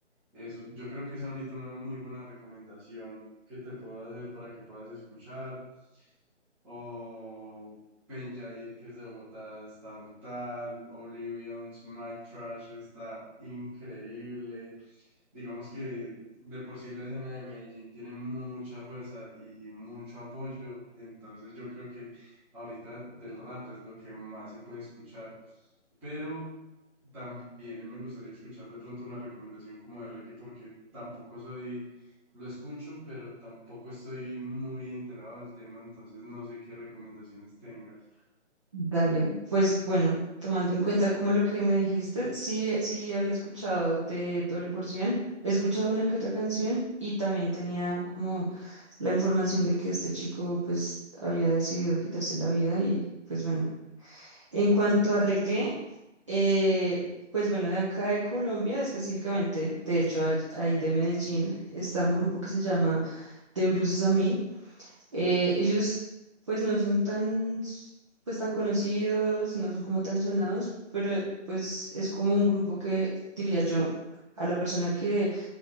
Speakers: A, in the centre; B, on the right.
A: Eso, yo creo que es ahorita una muy buena recomendación que te puedo hacer para que puedas escuchar. O Penjair, que es de Bogotá, está brutal. Oblivion's Mike Trash está increíble. Digamos que de por sí la escena de Medellín tiene mucha fuerza y mucho apoyo, entonces yo creo que ahorita del rap es lo que más se puede escuchar, pero también me gustaría escuchar de pronto una recomendación como de reggae porque tampoco soy, lo escucho, pero tampoco estoy muy enterado del tema, entonces no sé qué recomendaciones tengas.
B: Dale, pues bueno, tomando en cuenta como lo que me dijiste, sí, sí había escuchado de Doble Porción, he escuchado una que otra canción y también tenía como la información de que este chico pues había decidido quitarse la vida y pues bueno. En cuanto a reggae, eh, pues bueno, de acá de Colombia específicamente, de hecho a- ahí de Medellín, está un grupo que se llama De Bruces a mí eh, ellos pues no son tan, s- pues tan conocidos, no son como tan sonados, pero pues es como un grupo que diría yo a la persona que